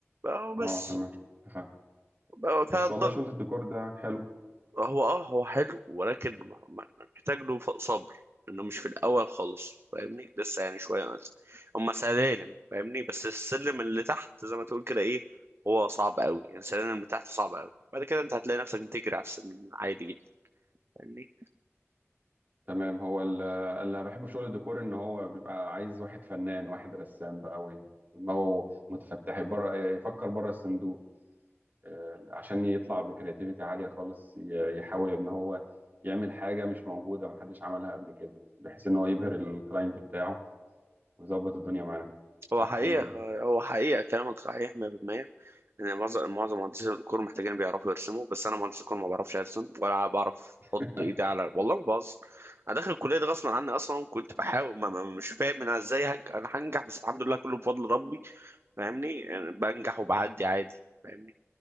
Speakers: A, on the right (about 55°); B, on the right (about 40°).
A: بقى-
B: اه
A: بس
B: تمام تمام
A: بقى فالضغط
B: بس والله شغل الديكور ده حلو
A: هو اه هو حلو ولكن مح- مح- محتاج له ف- صبر انه مش في الاول خالص فاهمني لسه يعني شويه هم سلالم فاهمني بس السلم اللي تحت زي ما تقول كده ايه هو صعب قوي يعني السلالم اللي تحت صعب قوي بعد كده انت هتلاقي نفسك بتجري على السلم عادي جدا فاهمني
B: تمام هو ال- اللي بحبه في شغل الديكور ان هو بيبقى عايز واحد فنان واحد رسام بقى وي- ودماغه متفتح بره يفكر بره الصندوق آه، عشان يطلع بكرياتيفيتي عالية خالص ي- يحاول ان هو يعمل حاجة مش موجودة محدش عملها قبل كده بحيث ان هو يبهر الكلاينت بتاعه ويظبط الدنيا معاه صح
A: هو حقيقه
B: ولا ايه؟
A: هو حقيقه كلامك صحيح 100% يعني معظم معظم مهندسين الديكور محتاجين بيعرفوا يرسموا بس انا مهندس ديكور ما بعرفش ارسم ولا بعرف
B: <laughs>
A: احط ايدي على والله ما بهزر انا داخل الكليه دي غصب عني اصلا كنت بحاول ما ما مش فاهم انا ازاي هنج... انا هنجح بس الحمد لله كله بفضل ربي فاهمني يعني بنجح وبعدي عادي فاهمني